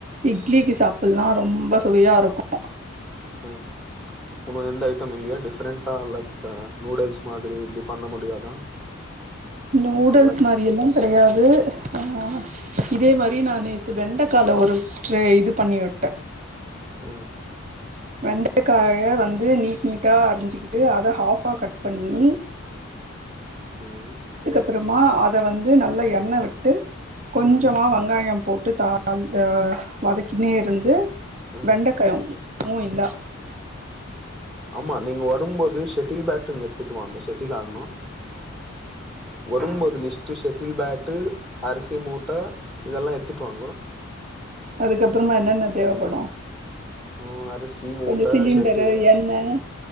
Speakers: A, on the right; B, in the centre.
A: இட்லிக்கு
B: ம்
A: சாப்பில்லா ரொம்ப சுவையா இருக்கு
B: ம் உன்னு எந்த ஐட்டம் இல்லியா டிஃபரெண்டா லைக் அ நூடுல்ஸ் மாதிரி இப்டி பண்ண முடியாதா
A: நூல்டெல்ஸ்
B: லைக்
A: மாரி எல்லா கெடயாது அ இதே மாதிரி நா நேத்து வெண்டக்கால ஒரு ஸ்ட்ரே இது பண்ணிவு ட்ட
B: ம்
A: வெண்டக்காய வந்து நீட் நீட்டா அரிஞ்சுக்கிட்டு அத ஹாஃபா கட் பண்ணி
B: ம்
A: அப்புறமா அத வந்து நல்லா எண்ணெ விட்டு கொஞ்சமா
B: ம்
A: வெங்காயம் போட் டு <unintelligible> வதக்கினே இருந்து
B: ம்
A: வெண்டக்காயு உ இல்லா
B: ஆமா நீங்க வரும்போது ஷெட்டில் பேட்டொன் எத்துட் வாங்க ஷெட்டில் ஆட்ணு வரும்போது லிஸ்டு செட் டில் பேட்டு அரிசி மூட்ட இதெல்லா எத்துட் வாங்கோ
A: அதுக்கப்புறமா என்னென்ன தேவப்படு
B: ம் அரிசி மூட்ட
A: கொஞ்ச சிலிண்டரு
B: ஷெட்டில்
A: எண்ணெ